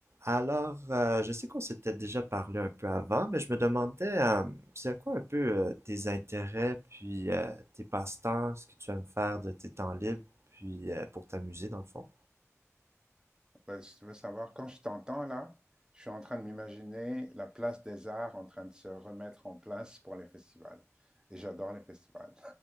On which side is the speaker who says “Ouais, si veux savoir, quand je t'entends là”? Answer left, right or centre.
Right